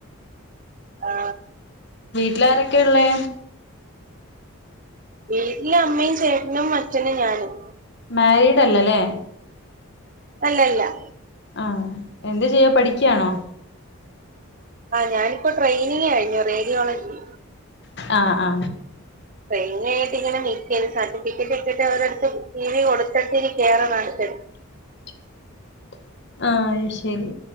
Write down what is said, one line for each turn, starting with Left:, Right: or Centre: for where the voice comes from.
Right: ആ.....
Left: ല്ലാരൊക്കെയള്ളേ
Right: വീട്ടില് അമ്മയും ചേട്ടനും അച്ഛനും ഞാനും
Left: മരീഡല്ലല്ലേ
Right: അല്ലല്ല
Left: ആ എന്ത് ചെയ്യ പഠിക്കയാണോ
Right: ആ ഞാനിപ്പോ ട്രെയിനിങ് കഴിഞ്ഞു റേഡിയോളജി
Left: ആ അ
Right: പെയിനയിട്ടിങ്ങനെ നിക്കന് സർട്ടിഫിക്കറ്റ് ഇട്ടിട്ട് അവരടുത്ത് ടി വി കൊടുത്തിട്ടിനി കേറനടുത്
Left: <inaudible> ആ അത് ശരി.